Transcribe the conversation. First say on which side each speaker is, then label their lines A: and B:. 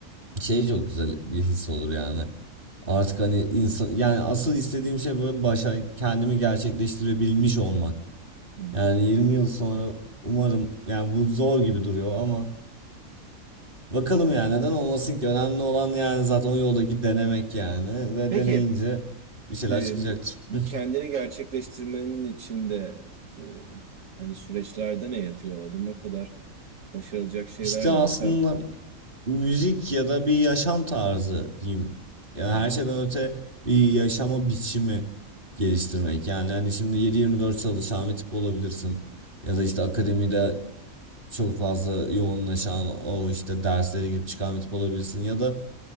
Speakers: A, on the right; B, on the right.
A: şey çok güzel bir his olur yani. Artık hani insan yani asıl istediğim şey böyle başa kendimi gerçekleştirebilmiş olmak.
B: Hı hı.
A: Yani 20 yıl sonra umarım yani bu zor gibi duruyor ama bakalım yani neden olmasın ki önemli olan yani zaten o yoldaki denemek yani ve
B: Peki
A: deneyince bir şeyler
B: e,
A: çıkacaktır.
B: bu, bu
A: <laughs>
B: kendini gerçekleştirmenin içinde e, hani süreçlerde ne yatıyor o adıma kadar başarılacak şeyler
A: İşte aslında
B: ne? Mesela
A: müzik ya da bir yaşam tarzı diyeyim. Yani
B: hmm,
A: her şeyden öte bir yaşama biçimi geliştirmek. Yani hani şimdi 7-24 çalışan bir tip olabilirsin. Ya da işte akademide çok fazla yoğunlaşan o işte derslere girip çıkan bir tip olabilirsin. Ya da